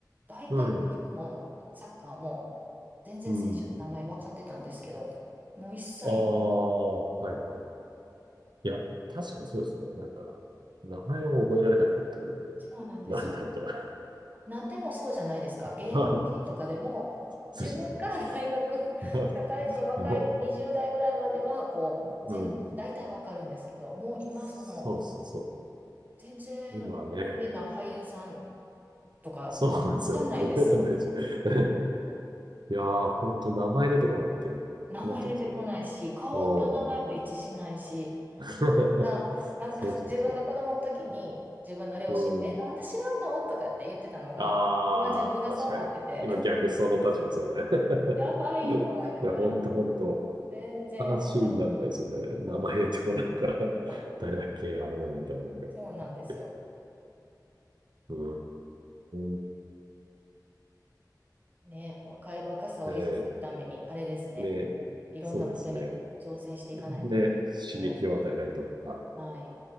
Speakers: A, on the right; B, on the right.
A: 大体野球もサッカーも全然選手の名前分かってたんですけど、
B: うん。うん。
A: もう一切、
B: ああ、はいはい。いや、確かにそうですよね。なんか、名前を覚えられなくなってくるんで、
A: そうなんですよ。
B: だんだんと。
A: なんでもそうじゃないですか。
B: <laughs>
A: 芸能人とかでも、
B: そうそう
A: 自分が <laughs>
B: そ
A: 大学、
B: う。
A: 社会人、若い20代ぐらいまでは、
B: <laughs> も
A: こう、
B: う、
A: 全部、
B: うん。
A: 大体分かるんですけど、もう今、
B: そうそうそ
A: その、全然、
B: う。今ね、
A: 有名な俳優さんとか、
B: そうなんですよね。
A: 分かんないです。
B: 覚えられないですよ。<laughs> いやー、ほんと名前出てこなくて、
A: 名前出てこないし、
B: 困っちゃうんですよね。
A: 顔と名前も一致しないし、
B: うん。<laughs>
A: あ、なんか自分が子供の時に自分の両親、
B: そうそうそう。うん。
A: え、なんで知らんのとかって言ってたのが、
B: ああ、
A: 今自分がそうなってて、
B: 確かに。今逆その立場ですよね。
A: <laughs> やばいと思いながら、
B: <laughs> いや、ほんとほんと。
A: 全然わかん
B: 話になんないですよね。名前出てこないから
A: そうなんです
B: <laughs>
A: はい
B: 誰だっけあの、みたいなのがあって。
A: そうなんですよ。
B: <laughs> うーん。
A: ね、若い、若さを維持するために、
B: ね。
A: あれですね、
B: ねえで、
A: いろんなことに挑戦していかないといけないですね。
B: そうですね。で、刺激を与えないと、あ
A: はい。